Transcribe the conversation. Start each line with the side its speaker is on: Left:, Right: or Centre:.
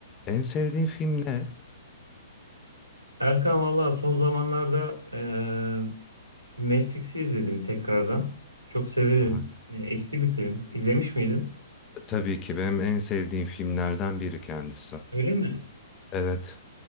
Left: En sevdiğin film ne?
Right: Erkan valla son zamanlarda e, Matrix'i izledim tekrardan. Çok severim.
Left: Hala.
Right: E, eski bir film. İzlemiş miydin?
Left: Tabii ki benim en sevdiğim filmlerden biri kendisi.
Right: Öyle mi?
Left: Evet.